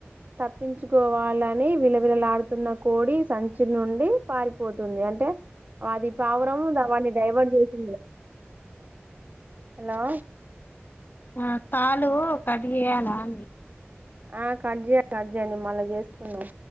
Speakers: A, on the right; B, on the left.
A: తప్పించుకోవాలని విలవిల లాడుతున్న కోడి సంచి నుండి పారిపోతుంది అంటే అది పావురం దా వాటిని డైవర్ట్ చేసింది హలో
B: అ కాలు కట్ చేయాలండి
A: ఆ కట్ చెయ్ కట్ చెయ్ నేను మళ్ళీ చేసుకుందాం